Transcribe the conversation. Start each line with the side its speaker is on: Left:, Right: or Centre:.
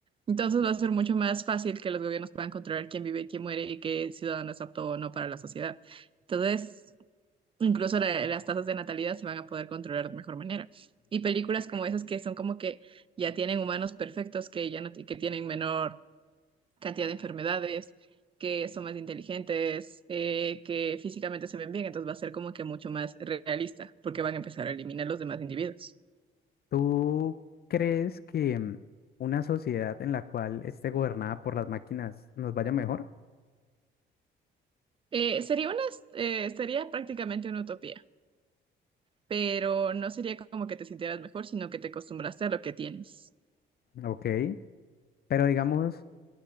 Right: Entonces va a ser mucho más fácil que los gobiernos puedan controlar quién vive y quién muere y qué ciudadano es apto o no para la sociedad. Entonces, incluso la- las tasas de natalidad se van a poder controlar de mejor manera. Y películas como esas que son como que ya tienen humanos perfectos que ya no ti- que tienen menor cantidad de enfermedades, que son más inteligentes, eh, que físicamente se ven bien, entonces va a ser como que mucho más realista, porque van a empezar a eliminar los demás individuos.
Left: ¿Tú crees que mm, una sociedad en la cual esté gobernada por las máquinas nos vaya mejor?
Right: Eh, sería una, eh, sería prácticamente una utopía, pero no sería como que te sintieras mejor, sino que te acostumbraste a lo que tienes.
Left: Ok, pero digamos,